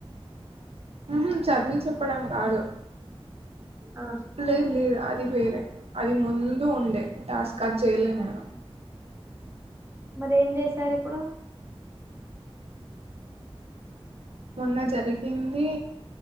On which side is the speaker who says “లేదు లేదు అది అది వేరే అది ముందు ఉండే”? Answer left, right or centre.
Right